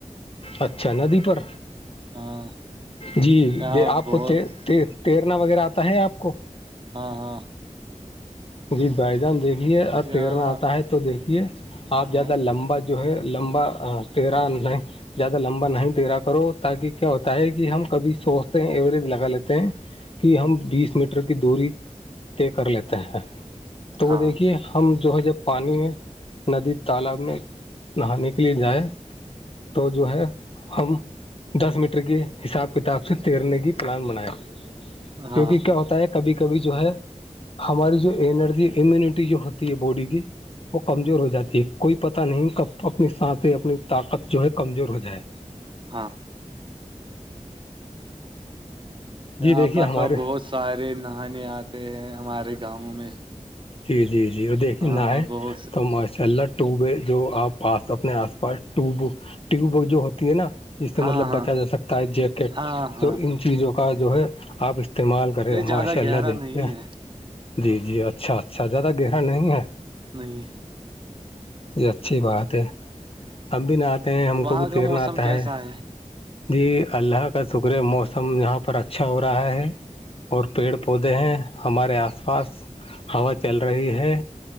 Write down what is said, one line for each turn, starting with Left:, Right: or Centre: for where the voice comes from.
Left: اچھا ندی پر
Right: ہاں
Left: جی
Right: یہاں
Left: آپ
Right: بہت
Left: کو تیرنا وغیرہ آتا ہے آپ کو
Right: ہاں ہاں
Left: جی بھائی جان دیکھیے اور
Right: یہاں
Left: تیرنا آتا ہے تو دیکھیے آپ
Right: ہاں
Left: زیادہ لمبا جو ہے لمبا تیرا نہیں زیادہ لمبا نہیں تیرا کرو تاکہ کیا ہوتا ہے کہ ہم کبھی سوچتے ہیں ایوریج لگا لیتے ہیں کہ ہم بیس میٹ کی دوری طے کر لیتے ہیں تو وہ
Right: ہاں
Left: دیکھیے ہم جو ہے جب پانی میں ندی تالاب میں نہانے کے لیے جائیں تو جو ہے ہم دس میٹر کی حساب کتاب سے تیرنے کی پلان بنایا
Right: ہاں
Left: کیونکہ کیا ہوتا ہے کبھی کبھی جو ہے ہماری جو انرجی امیونٹی جو ہوتی ہے باڈی کی وہ کمزور ہو جاتی ہے کوئی پتہ نہیں ک اپنی سانس اپنی طاقت جو ہے کمزور ہو جائے
Right: ہاں یہاں
Left: جی دیکھیے
Right: پر
Left: ہمارے
Right: تو بہت سارے نہانے آتے ہیں ہمارے گاؤں میں
Left: جی جی جی وہ دیکھے
Right: ہاں
Left: نہ ہے
Right: بہت
Left: تو چلہ ٹیوب جو آپ پاس اپنے آس پاس ٹیوب ٹیوب جو ہوتی ہے نا سے
Right: ہاں
Left: مطلب
Right: ہاں
Left: بچا جا سکتا ہے جیکٹ
Right: ہاں ہاں
Left: تو ان چیزوں کا جو ہے آپ استعمال کرے
Right: یہ
Left: گا
Right: زیادہ
Left: ماشاء اللہ
Right: گہرا
Left: دیکھ
Right: نہیں
Left: گا
Right: ہے
Left: جی جی اچھا اچھا زیادہ گرا نہیں ہے
Right: نہیں
Left: یہ اچھی بات ہے ہم بھی نہ آتے ہیں ہم
Right: وہاں
Left: کو بھی
Right: کا
Left: تیرنا
Right: موسم
Left: آتا
Right: کیسا
Left: ہے جی اللہ کا شکر ہے موسم یہاں پر اچھا ہو رہا ہے اور پیڑ پودے ہیں ہمارے آس پاس ہوا چل رہی ہے